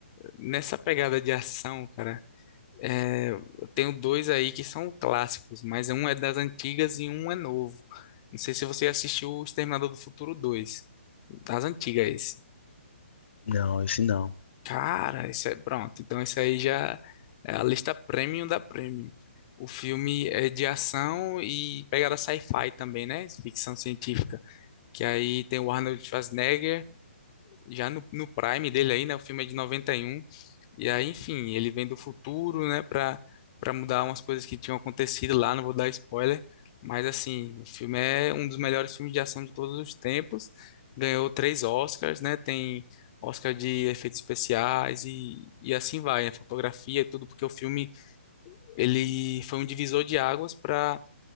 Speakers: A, on the left (about 30°); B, on the left (about 60°).
A: Nessa pegada de ação, cara, é, eu tenho dois aí que são clássicos, mas um é das antigas e um é novo. Não sei se você assistiu O Exterminador do Futuro dois. Das antigas.
B: Não, esse não.
A: Cara, isso é pronto. Então, isso aí já é a lista premium da premium. O filme é de ação e pegada sci-fi também, né? Ficção científica. Que aí tem o Arnold Schwarzenegger, já no, no prime dele aí, né? O filme é de 91 e aí, enfim, ele vem do futuro, né, pra, pra mudar umas coisas que tinham acontecido lá, não vou dar spoiler, mas assim, o filme é um dos melhores filmes de ação de todos os tempos, ganhou três Oscars, né, tem Oscar de efeitos especiais e, e assim vai, né, fotografia e tudo, porque o filme, ele foi um divisor de águas para